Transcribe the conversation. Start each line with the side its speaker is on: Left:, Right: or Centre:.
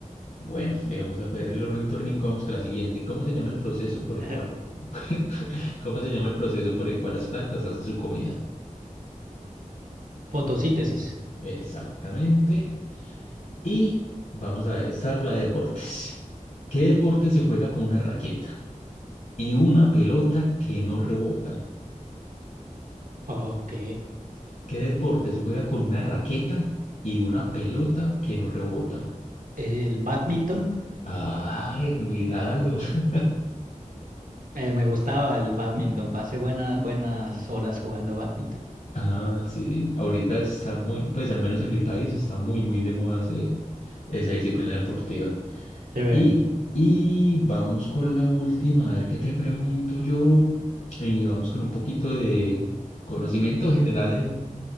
Left: Bueno, dejemos a Perry el ornitorrinco. Vamos con la siguiente. ¿Cómo se llama el proceso por el
Right: <laughs>
Left: cual, <laughs> cómo se llama el proceso por el cual las plantas hacen su comida?
Right: Fotosíntesis.
Left: Exactamente. Y vamos a ver, esta es la de deportes. ¿Qué deporte se juega con una raqueta y una pelota que no rebota?
Right: Ok.
Left: ¿Qué deporte se juega con una raqueta y una pelota que no rebota?
Right: El badminton.
Left: Ay, míralo. <laughs>
Right: Eh, me gustaba el badminton. Pasé buena- buenas horas jugando badminton.
Left: Ah, sí, ahorita está muy, pues al menos en mi país está muy, muy de moda ese- esa disciplina deportiva.
Right: Chévere.
Left: Y, y vamos con la última, a ver qué te pregunto yo. Y vamos con un poquito de conocimiento general en,